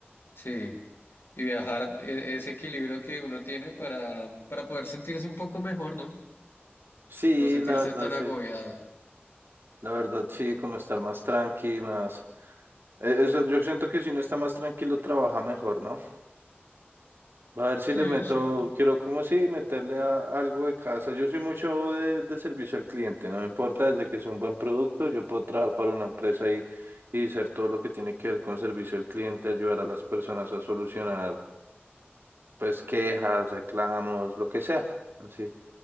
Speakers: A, on the left; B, on the right.
A: Sí. Y viajar, e- ese equilibrio que uno tiene para, para poder sentirse un poco mejor, ¿no?
B: Sí,
A: No sentirse
B: la verdad,
A: tan
B: sí.
A: agobiado.
B: La verdad, sí, como estar más tranqui, más... Eh, Eso, yo siento que si uno está más tranquilo, trabaja mejor, ¿no? A ver si
A: Sí,
B: le
A: es
B: meto,
A: cierto.
B: quiero como si meterle a, algo de casa. Yo soy mucho de, de servicio al cliente, no me importa, desde que sea un buen producto, yo puedo trabajar para una empresa y, y hacer todo lo que tiene que ver con servicio al cliente, ayudar a las personas a solucionar, pues, quejas, reclamos, lo que sea, así,